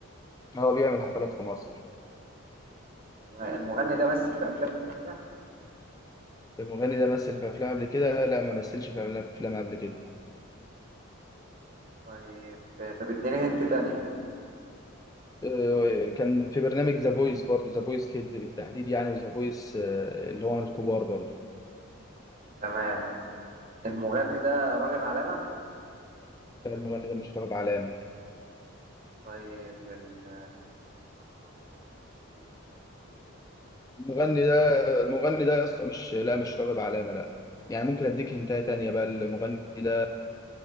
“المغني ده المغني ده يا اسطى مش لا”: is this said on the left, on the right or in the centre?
Left